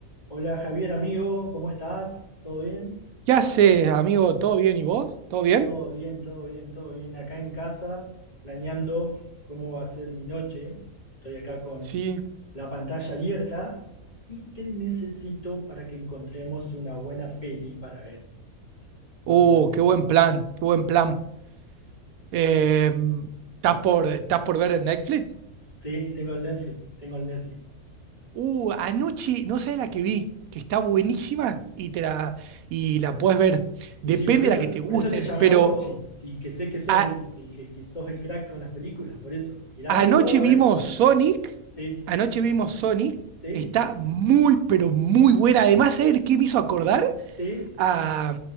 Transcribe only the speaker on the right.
¿Qué haces, amigo? ¿Todo bien? ¿Y vos? ¿Todo bien?
Sí,
Uh,
qué buen plan, qué buen plan. Eh, ¿estás por, estás por ver en Netflix?
Uh, anoche, no sabes la que vi, que está buenísima y, te la, y la puedes ver. Depende
de la que te gusten,
pero
a-
anoche
vimos
Sonic,
anoche vimos Sonic,
está muy, pero muy buena. Además, ¿sabes qué me hizo acordar?
a,